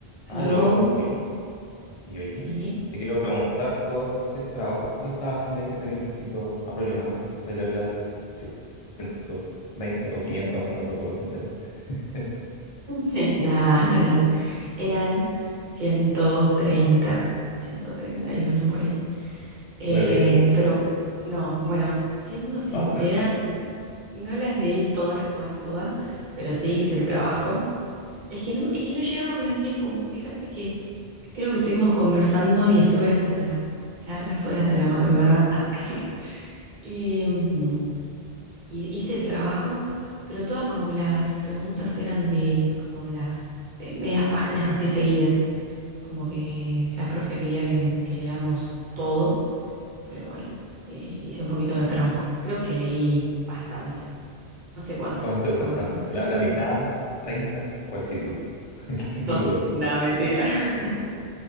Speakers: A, on the left (about 45°); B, on the right (about 50°).
A: Aló,
B: Aló,
A: oye, y oye,
B: sí.
A: te quiero preguntar por ese trabajo que estaba haciendo ahí que tenía un poquito a problema de leer las ciento veinte o 500 hojas, no recuerdo cuánto era. <laughs>
B: <laughs> Nah, no eran, eran ciento ciento treinta, ciento treinta y uno por ahí. Eh,
A: ¿La leíste?
B: pero no, bueno, siendo sincera,
A: Ah,
B: no las leí todas, todas, todas, pero sí hice el trabajo. Es que no, es que no llegaba con el tiempo. Fíjate que creo que estuvimos conversando y estuve hasta las largas horas de la madrugada. Ah, <laughs> y, mm, y hice el trabajo, pero todas como que las preguntas eran del, como de las eh, medias páginas así seguidas, como que la profe quería que, que leamos todo, pero bueno, eh, hice un poquito de trampa. Creo que leí bastante, no sé cuántas,
A: ¿cuánto es
B: pero
A: bastante?
B: bastante.
A: La, la mitad, 30 o el título. <laughs> El título,
B: Dos, no, mentira. <laughs>